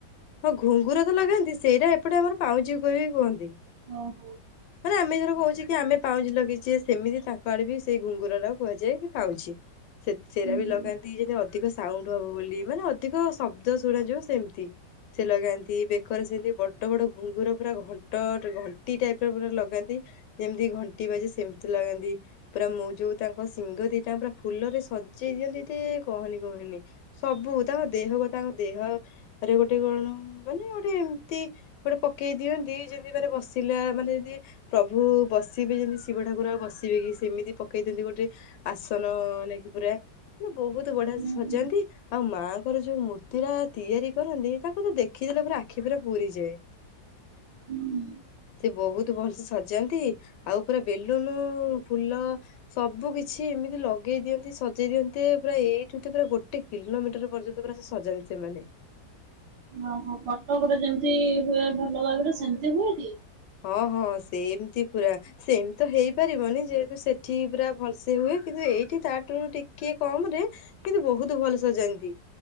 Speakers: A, on the left; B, on the right.
A: ହଁ ଘୁଙ୍ଗୁର ତ ଲଗାନ୍ତି ସେରା ଏପଟେ ଆମର ପାଉଁଜି କୁ ବି କୁହନ୍ତି।
B: ଅହ।
A: ଆମେ ଧର କହୁଛେ କି ଆମେ ପାଉଁଜି ଲଗେଇଛେ ସେମିତି ତାଙ୍କ ଆଡେ ବି ସେଇ ଘୁଙ୍ଗୁର ରା କୁହାଯାଏ କି ପାଉଁଜି। ସେ ସେରା
B: ହୁଁ
A: ବି
B: ହୁଁ
A: ଲଗାନ୍ତି। ଯେମିତି ଅଧିକ ସାଉଣ୍ଡ ହବ ବୋଲି ମାନେ ଅଧିକ ଶବ୍ଦ ଶୁଣାଯିବ ସେମତି। ସେ ଲଗାନ୍ତି ବେକରେ ସେମିତି ବଡ ବଡ ଘୁଙ୍ଗୁର ପୁରା ଘଣ୍ଟ ଘଣ୍ଟି ଟାଇପ୍ ସେ ପୁରା ଲଗାନ୍ତି ଯେମିତି ଘଣ୍ଟି ବାଜେ ସେମିତି ଲାଗାନ୍ତି। ପୁରା ମୁଁ ଯୋଉ ତାଙ୍କ ସିଂଙ୍ଗ ଦିଟା ପୁରା ଫୁଲରେ ସଜେଇ ଦିଅନ୍ତି ଯେ କହନି କହନି। ସବୁ ତାଙ୍କ ଦେହକୁ ତାଙ୍କ ଦେହ ପରେ ଗୋଟେ କଣ ମାନେ ଗୋଟେ ଏମିତି ଗୋଟେ ପକେଇ ଦିଅନ୍ତି ଯେମିତି ମାନେ ବସିଲା ମାନେ ଯଦି ପ୍ରଭୁ ବସିବେ ଯେମିତି ଶିବ ଠାକୁର ଆଉ ବସିବେ କି ସେମିତି ପକେଇ ଦିଅନ୍ତି ଗୋଟେ ଆସନ ନେଇକି ପୁରା ମ ବହୁତ ବଢିଆ
B: ହୁଁ
A: ସେ ସଜାନ୍ତି
B: ହୁଁ
A: ଆଉ ମାଆଙ୍କର ଯୋଉ ମୂର୍ତ୍ତି ରା ତିଆରି କରନ୍ତି ତାକୁ ତ ଦେଖିଦେଲେ ପୁରା ଆଖି ପୁରା ପୁରୀଯାଏ।
B: ହୁଁ।
A: ସେ ବହୁତ ଭଲସେ ସଜାନ୍ତି ଆଉ ପୁରା ବେଲୁନ ଫୁଲ ସବୁ କିଛି ଏମିତି ଲଗେଇ ଦିଅନ୍ତି ସଜେଇ ଦିଅନ୍ତି ପୁରା ଏଇଠୁ ତ ପୁରା ଗୋଟେ କିଲୋମିଟର ପର୍ଯ୍ୟନ୍ତ ପୁରା ସେ ସଜାନ୍ତି ସେମାନେ।
B: ଓହୋ କଟକରେ ଯେମିତି ହୁଏ ଭଲ ଭାବରେ ସେମତି ହୁଏ କି?
A: ହଁ ହଁ ସେମିତି ପୁରା। ସେମିତି ତ ହେଇପାରିବନି ଯେହେତୁ ସେଠି ପୁରା ଭଲସେ ହୁଏ କିନ୍ତୁ ଏଇଠି ତାଠୁ ଟିକେ କମ୍ ରେ କିନ୍ତୁ ବହୁତ ଭଲ ସଜାନ୍ତି।